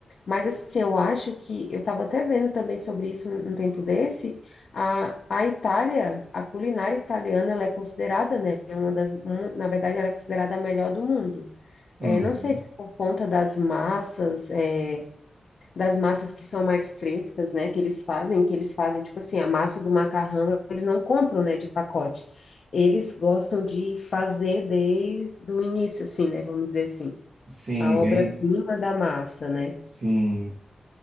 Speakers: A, on the left; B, on the right.
A: Mas, assim, eu acho que, eu estava até vendo também sobre isso um, um tempo desse, a, a Itália, a culinária italiana, ela é considerada, né, uma das, um- na verdade, ela é considerada a melhor do mundo.
B: Uhum.
A: É, não sei se é por conta das massas, é, das massas que são mais frescas, né, que eles fazem, que eles fazem, tipo assim, a massa do macarrão, eles não compram, né, de pacote. Eles gostam de fazer desde o início, assim, né, vamos dizer assim,
B: Sim,
A: a obra-prima
B: bem,
A: da massa, né?
B: sim.